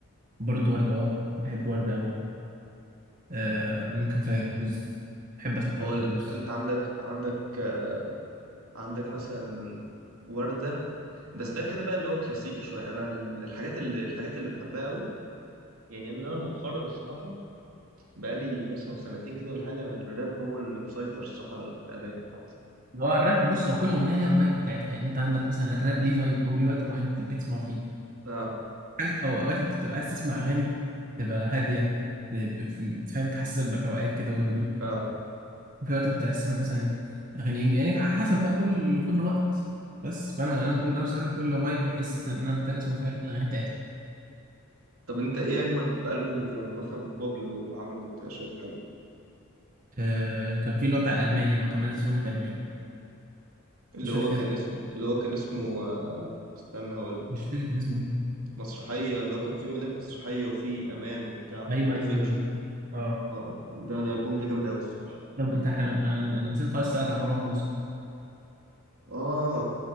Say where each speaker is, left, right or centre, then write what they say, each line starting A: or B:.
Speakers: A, on the right; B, on the right.
A: برضو وردة اه بحب وردة أوي آه ممكن فيروز بحب أسمع
B: بقول
A: فيروز
B: لك أنت عندك عندك آه، عندك مثلا وردة بس ده كده بقى اللي هو كلاسيكي شوية أنا ال- الحاجات اللي الحاجات اللي بحبها قوي يعني إن أنا مؤخرا الصراحة بقالي مثلا سنتين كده ولا حاجة أنا الراب هو اللي مسيطر الصراحة على الأغاني بتاعتي.
A: اللي هو الراب بص هو كل أغنية ليها الفايب بتاعتها يعني أنت عندك مثلا الراب ليه فايب أو ليه وقت معين أنت بتسمع فيه
B: اه
A: حاجات أو أوقات أنت بتبقى عايز تسمع أغاني تبقى هادية ب- ب- فاهم تحسسك بالروقان كده والهدوء
B: اه
A: وفي وقت أنت عايز تسمع مثلا أغاني إنجليزي يعني على حسب بقى كل كل وقت بس فأنا أنا كل أنا بصراحة كل فايب بحس إن أنا محتاج أسمع فيها الأغاني بتاعتها
B: طب انت ايه اجمد البوم لو مثلا بابلو عمله انت شايفه حلو
A: آه كان في اللي هو بتاع الألماني اللي هو كان منزل فيه أغنية ألماني
B: اللي
A: مش فاكر
B: هو
A: كان-
B: كان اسمه اللي هو كان اسمه آه، استنى هقول لك
A: مش فاكر كان اسمه إيه
B: مسرحيه اللي هو كان فيه اغنيه مسرحيه وفيه امان وبتاع وما
A: ايوه
B: طفتش
A: ايوه هو ده اه
B: اه ده الالبوم ده جامد قوي الصراحه
A: طب انت احنا انا أنا نسيت خالص اسالك عن مروان موسى
B: اه